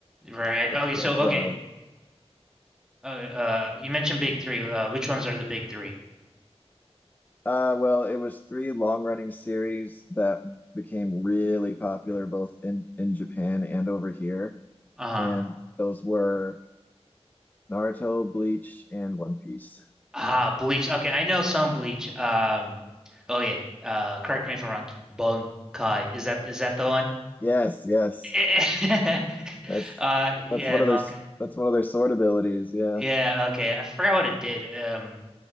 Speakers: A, in the centre; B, on the left.
A: right.
B: which
A: Okay,
B: was
A: so okay.
B: uh
A: Uh, uh, you mentioned big three. Uh, which ones are the big three?
B: uh well, it was three long-running series that became really popular both in in Japan and over here,
A: Uh-huh.
B: and those were Naruto, Bleach, and One Piece.
A: Ah, Bleach. Okay, I know some Bleach. Um, oh yeah. Uh, correct me if I'm wrong. Bankai. Is that is that the one?
B: Yes, yes.
A: <laughs>
B: That's
A: Uh, yeah,
B: that's one of
A: Bankai.
B: their s- that's one of their sword abilities. Yeah.
A: Yeah, okay. I forgot what it did. Um,